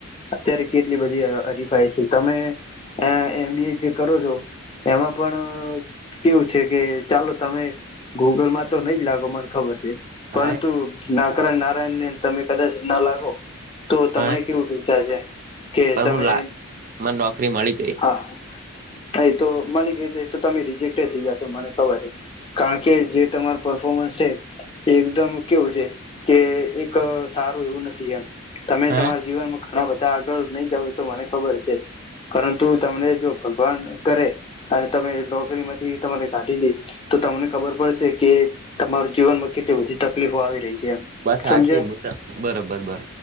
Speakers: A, on the left; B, on the right.
A: અત્યારે કેટલી બધી હરીફાઈ છે તમે એમબી એ જે કરો છો એમાં પણ કેવું છે કે ચાલો તમે ગૂગલમાં તો નઈ જ લાગો મને ખબર છે પરંતુ
B: હા
A: નાકરા નારાયણને તમે કદાચ ના લાગો તો તમને
B: પણ
A: કેવું શચા છે કે તમે
B: હું લા મને નોકરી મળી ગઈ
A: હા એ તો મળી ગઈ તો એ તો તમે રિજેક્ટ થઇ જતો મને ખબર છે કારણ કે જે તમાર પરફોર્મન્સ છે એકદમ કેવું છે કે એક સારું એવું નથી એમ તમે
B: હા
A: તમારા જીવનમાં ઘણા બધા આગળ નહી જાવ તો મને ખબર છે પરંતુ તમને જો ભગવાન કરે અને તમે નોકરી માંથી તમાને કાઢી દે તો તમને ખબર પડશે કે તમારું જીવનમાં કેટલી બધી તકલીફો આવી રહી છે એમ
B: વાત
A: સમજ્યા
B: હાચી બરોબર બરોબર